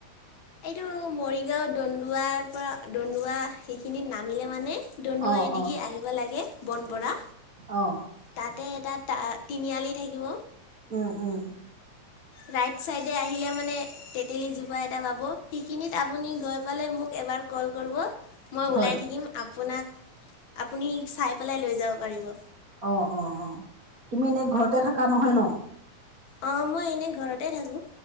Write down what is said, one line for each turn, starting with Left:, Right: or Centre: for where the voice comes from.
Left: এইটো মৰিগাঁও দন্দুৱাৰ পৰা দন্দুৱা সেইখিনিত নামিলে মানে, দন্দুৱা
Right: অ'
Left: দিগি আহিব লাগে বনপৰা।
Right: অঁ।
Left: তাতে এটা তিনিআলি থাকিব।
Right: উম উম।
Left: ৰাইট চাইডে আহিলে মানে তেতেলীজোপা এটা পাব সেইখিনিত আপুনি গৈ পালে মোক এবাৰ কল কৰিব, মই ওলাই
Right: হয়
Left: থাকিম আপুনি চাই লৈ যাব পাৰিব।
Right: অঁ অঁ অঁ, তুমি এনেই ঘৰতে থাক নহয় ন।
Left: অঁ, মই এনেই ঘৰতে থাকোঁ।